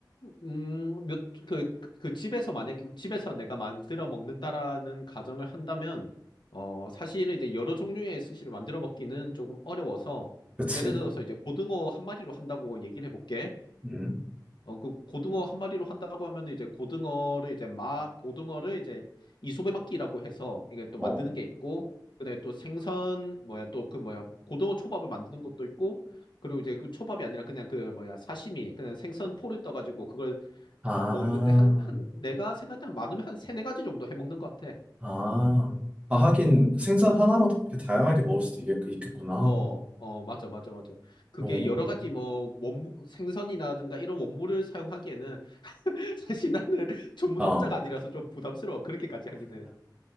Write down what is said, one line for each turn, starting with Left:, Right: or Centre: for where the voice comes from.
Left: 음, 몇, 그, 그 집에서 만약에, 집에서 내가 만들어 먹는다라는 가정을 한다면, 어, 사실은 이제 여러 종류의 스시를 만들어 먹기는 조금 어려워서,
Right: 그치.
Left: 예를 들어서 이제 고등어 한 마리로 한다고 얘기를 해볼게.
Right: 음.
Left: 어, 그 고등어 한 마리로 한다고 하면 이제 고등어를 이제 마, 고등어를 이제 이소배막기라고 해서 이게 또
Right: 어.
Left: 만드는 게 있고, 그다음에 또 생선, 뭐야, 또 그 뭐야, 고등어 초밥을 만드는 것도 있고, 그리고 이제 그 초밥이 아니라 그냥 그 뭐야, 사시미, 그냥 생선 포를 떠가지고 그걸
Right: 아,
Left: 먹는데 한, 한, 내가 생각할 때한 많으면 한 세네 가지 정도 해 먹는 것 같아.
Right: 아. 아, 하긴 생선 하나로도 그렇게 다양하게 먹을 수도 있겠, 있겠구나.
Left: 어, 어, 맞아, 맞아, 맞아. 그게
Right: 오.
Left: 여러 가지 뭐, 원무, 생선이라든가 이런 원물을 사용하기에는 <laughs> 사실 나는 <laughs> 전문업자가
Right: 아,
Left: 아니라서 좀 부담스러워. 그렇게까지 하기는.